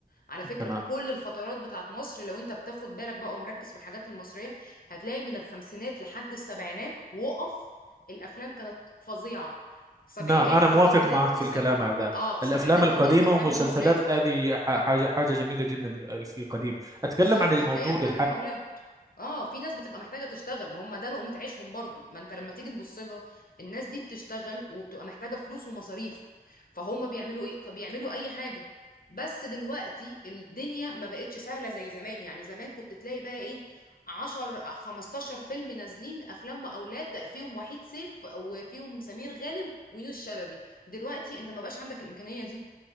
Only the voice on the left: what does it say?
على فكرة
كل الفترات بتاعت مصر لو انت بتاخد بالك بقى ومركز في الحاجات المصرية هتلاقي من الخمسينات لحد السبعينات وقف الافلام كانت فظيعة سبعينات
تمانينات
تس...
اه سبعينات
تمانينات افلام
المقاولات
بالظبط
هتلاقي افلام المقاولات اه في ناس بتبقى محتاجه تشتغل ما هم ده لقمه عيشهم برضو ما انت لما تيجي تبص لها الناس دي بتشتغل وبتبقى محتاجه فلوس ومصاريف فهم بيعملوا ايه فبيعملوا اي حاجه بس دلوقتي الدنيا ما بقتش سهله زي زمان يعني زمان كنت تلاقي بقى ايه 10 15 فيلم نازلين افلام اولاد فيهم وحيد سيف وفيهم سمير غانم ويونس شلبي دلوقتي انت ما بقاش عندك الامكانيه دي